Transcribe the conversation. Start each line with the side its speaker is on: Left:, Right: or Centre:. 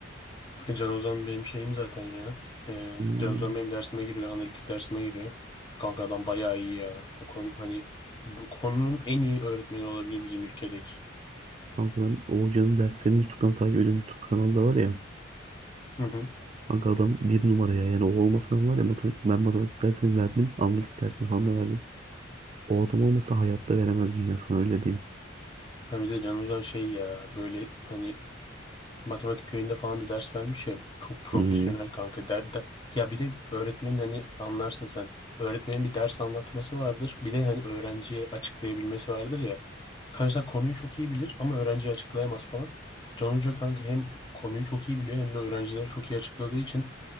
Left: Ay Can Ozan benim şeyim zaten ya. Ee,
Right: Hmm.
Left: Can Ozan benim dersime giriyor. Analitik dersime giriyor. Kanka adam bayağı iyi ya. O konu hani bu konunun en iyi öğretmeni olabilir bizim ülkedeki.
Right: Kanka ben Oğuzcan'ın derslerini YouTube'dan takip ediyorum. YouTube kanalda var ya.
Left: Hı hı.
Right: Kanka adam bir numara ya. Yani o olmasa var ya matematik, ben matematik dersini verdim. Analitik dersini falan da verdim. O adam olmasa hayatta veremezdin ya sana öyle diyeyim.
Left: Hani bir de Can Ozan şey ya böyle hani matematik köyünde falan da ders vermiş ya çok profesyonel
Right: hı.
Left: kanka der, de- ya bir de öğretmenin hani anlarsın sen öğretmenin bir ders anlatması vardır bir de hani öğrenciye açıklayabilmesi vardır ya Kanka mesela konuyu çok iyi bilir ama öğrenciye açıklayamaz falan Can Hoca kanka hem konuyu çok iyi biliyor hem de öğrencilere çok iyi açıkladığı için